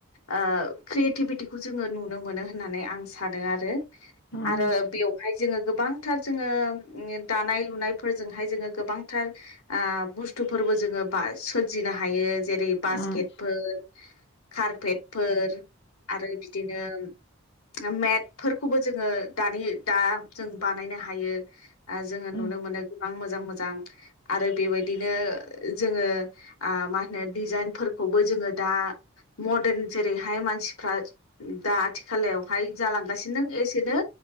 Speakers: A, on the left; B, on the left.
A: ओ क्रियेटिभिटिखौ जोङो नुनो मोनो होननानै आं सानो आरो।
B: उम
A: आरो बेवहाय जोङो गोबांथार जोङो दानाय लुनाय फोरजोंहाय जोङो गोबांथार ओ बुस्थुफोरबो जोङो बा सोरजिनो हायो। जेरै बास्केटफोर
B: उम
A: कारपेटफोर आरो बिदिनो <inaudible> मेट फोरफोरखौबो जोङो दानि दा जों बानायनो हायो ओ जोङो
B: उम
A: नुनो मोनो गोबां मोजां मोजां आरो बेबायदिनो जोङो ओ मा होनो दिडजाइनफोरखौबो जोङो दा मदारन जेरैहाय मानसिफ्रा दा आथिखालाव हाय जालांगासिनो एसेनो